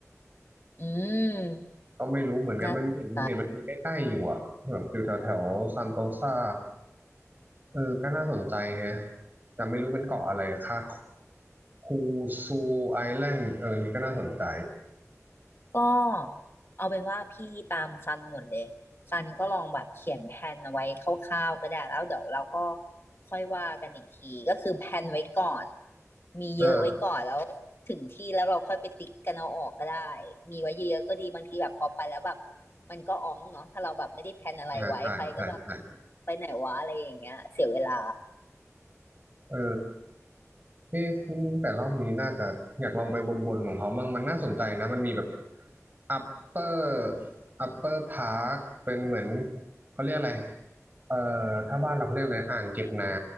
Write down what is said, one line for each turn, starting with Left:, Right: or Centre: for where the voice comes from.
Left: อืม
Right: <laughs> ก็ไม่รู้เหมือนกันมันเห็นเห็นมันมีใกล้ๆอยู่อ่ะแบบอยู่แถวแถวซันโตซา
Left: น่าสนใจ
Right: เออก็น่าสนใจแฮะแต่ไม่รู้เป็นเกาะอะไรอะค่ะคูซูไอแลนด์เออนี่ก็น่าสนใจ
Left: ก็เอาเป็นว่าพี่ตามซันหมดเลยซันก็ลองแบบเขียนแผนเอาไว้คร่าวๆก็ได้แล้วเดี๋ยวเราก็ค่อยว่ากันอีกทีก็คือแผนไว้ก่อนมีเยอะไว้ก่อนแล้วถึงที่แล้วเราค่อยไปติ๊กกันเอาออกก็ได้
Right: อ่า
Left: มีไว้เยอะๆก็ดีบางทีแบบพอไปแล้วแบบมันก็อ๋องเนาะถ้าเราแบบไม่ได้แผนอะไรไว้ไปก็แบบ
Right: อ่าใช่ใช่ใช่
Left: ไปไหนวะอะไรอย่างเงี้ยเสียเวลา
Right: เออ เอ๊ะแต่รอบนี้น่าจะอยากลองไปบนบนของเขามั่งมันน่าสนใจนะมันมีแบบ upper upper park เป็นเหมือนเขาเรียกอะไรเอ่อถ้าบ้านเราเขาเรียกอะไรอ่างเก็บน้